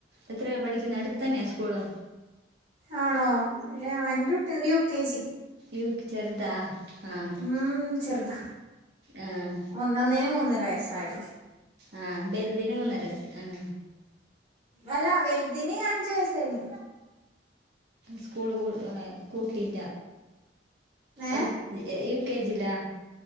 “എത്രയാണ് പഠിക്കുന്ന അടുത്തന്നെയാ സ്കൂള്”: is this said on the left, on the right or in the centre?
Right